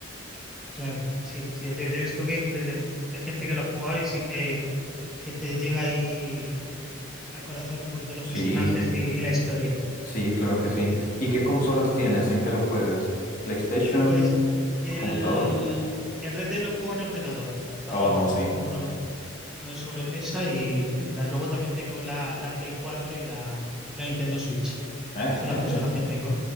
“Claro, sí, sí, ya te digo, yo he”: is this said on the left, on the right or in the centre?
Centre